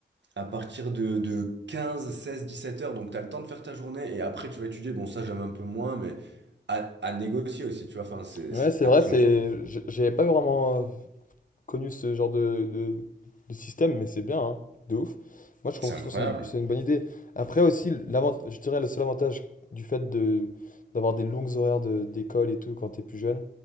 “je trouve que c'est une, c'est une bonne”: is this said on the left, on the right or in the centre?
Left